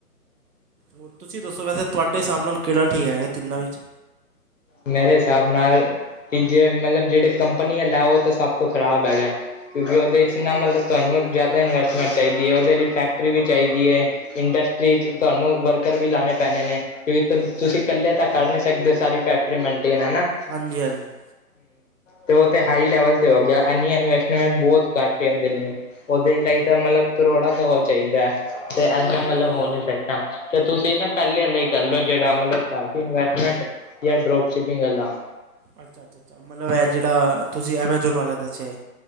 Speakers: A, on the right; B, on the left.
A: ਹੋਰ ਤੁਸੀਂ ਦੱਸੋ, ਵੈਸੇ ਤੁਹਾਡੇ ਹਿਸਾਬ ਨਾਲ ਕੇੜਾ ਠੀਕ ਹੈਗਾ ਤਿੰਨਾਂ ਵਿੱਚ
B: ਮੇਰੇ ਹਿਸਾਬ ਨਾਲ ਤੀ ਜੇ ਮਤਲਬ ਜੇੜੇ ਕੰਪਨੀ ਆਲਾਓ ਤੇ ਉਹ ਤਾਂ ਸਭ ਤੋਂ ਖ਼ਰਾਬ ਹੈਗਾ। ਕਿਉਂਕਿ ਓਦੇ ਚ ਨਾ ਮਤਲਬ ਤੁਆਨੂੰ ਜਾਦਾ ਇਨਵੈਸਟਮੈਂਟ ਚਾਹੀਦੀ ਏ, ਓਦੇ ਲਈ ਫੈਕਟਰੀ ਵੀ ਚਾਹੀਦੀ ਏ। ਇੰਡਸਟਰੀ ਚ ਤੁਆਨੂੰ ਵਰਕਰ ਵੀ ਲਾਣੇ ਪੈਣੇ ਨੇ ਕਿ ਤੁਸੀਂ ਕੱਲੇ ਤਾਂ ਕਰ ਨੀ ਸਕਦੇ ਸਾਰੀ ਫੈਕਟਰੀ ਮੇਨਟੇਨ ਹੈਨਾ।
A: ਹਾਂਜੀ-ਹਾਂਜੀ।
B: ਤੇ ਓਹ ਤੇ ਹਾਈ ਲੈਵਲ ਤੇ ਹੋ ਗਿਆ, ਐਨੀ ਇਨਵੈਸਟਮੈਂਟ ਬੋਤ ਘੱਟ ਓਨਦੇ ਲਈ। ਓਦੇ ਲਈ ਤਾਂ ਮਤਲਬ ਕਰੋੜਾਂ ਦਾ ਓਹ ਚਾਈਦਾ‌‌ ਐ। ਤੇ ਏਨਾ
A: ਹੂੰ ਹੂੰ
B: ਮਤਲਬ
A: ਹੂੰ
B: ਹੋ ਨੀ ਸਕਦਾ ਤੇ ਤੁਸੀਂ ਨਾ ਪੈਲੇ ਆਲਾ ਹੀ ਕਰ ਲਓ ਜੇੜਾ ਮਤਲਬ ਘੱਟ ਇਨਵੇੈਸਟਮੈਂਟ ਜਾਂ ਡਰੋਪ ਸ਼ਿਪਿੰਗ ਆਲਾ
A: ਅੱਛਾ-ਅੱਛਾ-ਅੱਛਾ ਮਤਲਬ ਏਹ ਜੇੜਾ ਤੁਸੀਂ ਐਮਾਜੋਨ ਵਾਲਾ ਦੱਸਿਆ ਏ।